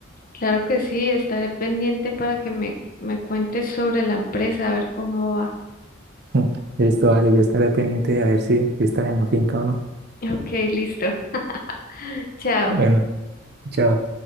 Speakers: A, on the left; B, on the right.
A: Claro que sí, estaré pendiente para que me, me cuentes sobre la empresa, a ver cómo va.
B: <laughs> Listo, vale, yo estaré pendiente a ver si, si estás en la finca o no.
A: Ok, listo. <laughs> Chao.
B: Bueno, chao.